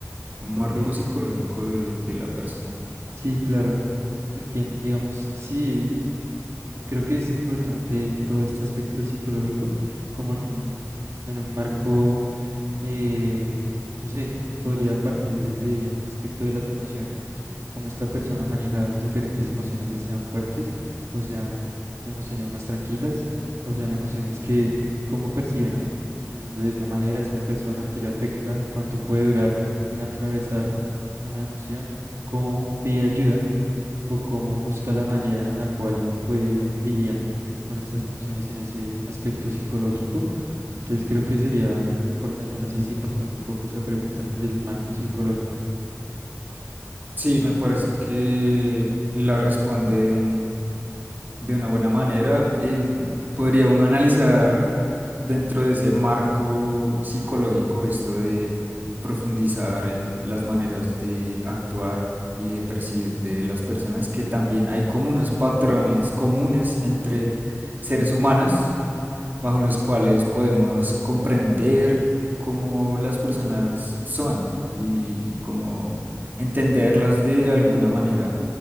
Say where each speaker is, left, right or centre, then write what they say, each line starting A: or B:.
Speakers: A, on the right; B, on the right.
A: Un
B: ok,
A: marco psicológico de de la persona.
B: sí, claro, entiendo. Digamos, sí, creo que es importante todo este aspecto psicológico como en un en un marco. eh, no sé, podría partir desde un aspecto de las emociones, cómo esta persona maneja diferentes emociones, ya sean fuertes o sean emociones más tranquilas o sean emociones que, cómo percibe, ¿no? El mundo de esa manera, esta persona que le afecta, cuánto puede durar en atravesar una emoción, cómo pide ayuda o cómo busca la manera en la cual puede lidiar con estas emociones en ese aspecto psicológico. Entonces creo que sería muy importante, no sé si responde un poco esa pregunta del marco psicológico.
A: Sí, me parece que la responde mm, de una buena manera. Em, podría uno analizar dentro de ese marco psicológico esto de profundizar en las maneras de actuar y de percibir de las personas, que también hay como unos patrones comunes entre seres humanos bajo los cuales podemos comprender cómo las personas son y cómo entenderlas de alguna manera.